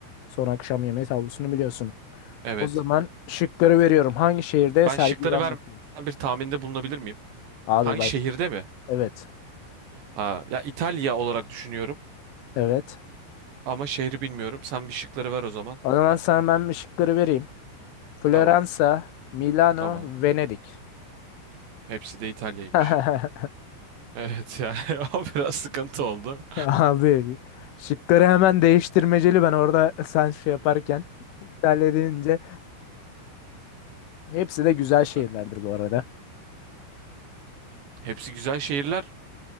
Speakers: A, on the left (about 75°); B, on the right (about 60°).
A: Son Akşam Yemeği tablosunu biliyorsun.
B: Evet.
A: O zaman şıkları veriyorum. Hangi şehirde
B: Ben
A: sergilenmektedir?
B: şıkları vermeden bir tahminde bulunabilir miyim?
A: Abi
B: Hangi
A: bak.
B: şehirde mi?
A: Evet.
B: Ha, ya İtalya olarak düşünüyorum
A: Evet.
B: ama şehri bilmiyorum. Sen bir şıkları ver o zaman.
A: O zaman sana ben bir şıkları vereyim. Floransa,
B: Tamam.
A: Milano,
B: Tamam.
A: Venedik.
B: Hepsi de İtalya'ymış.
A: <laughs>
B: Evet yani <laughs> o biraz sıkıntı oldu.
A: Abi şıkları hemen değiştirmeceli ben orada sen şey yaparken İtalya deyince hepsi de güzel şehirlerdir
B: <laughs>
A: bu arada.
B: Hepsi güzel şehirler.